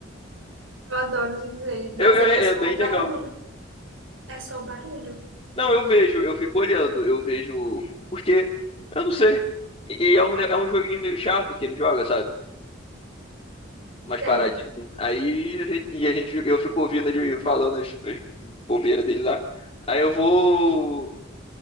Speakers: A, on the right; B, on the left.
A: Eu adoro os vídeos dele, mas
B: Eu, eu-
A: aí
B: é
A: é só
B: bem
A: o
B: legal.
A: barulho. É só o barulho.
B: Não, eu vejo, eu fico olhando, eu vejo. Porque, eu não sei. E e é um, ne- é um joguinho meio chato que ele joga, sabe? mais
A: É,
B: paradinho. Aí a gen- e a gente, eu fico ouvindo ele falando as, as bobeiras dele lá. Aí eu vou,